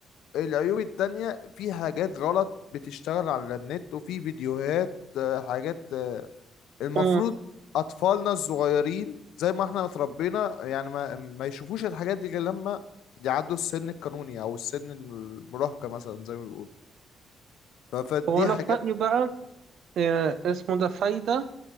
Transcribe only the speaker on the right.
أمم.
هو أنا
في رأيي بقى آه، اسمه ده فايدة